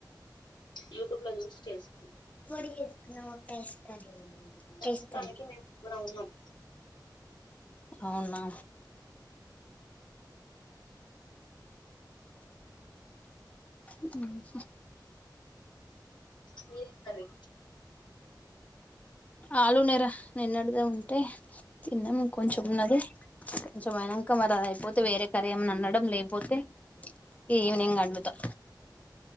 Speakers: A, on the left; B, on the left.
A: యూట్యూబ్ లో చూస్ చేస్
B: <unintelligible>
A: ప్రస్తుతానికి మేము ముగ్గురం ఉన్నాం
B: అవునా మ్
A: మీదేం కర్రీ
B: ఆలు నెర నిన్నడదే ఉంటే తిన్నాము ఇంక కొంచెం ఉన్నది కొంచెం అయినాక మరి అది అయిపోతే వేరే సరేం నన్నడం లే పోతే ఈవనింగ్ అందుతా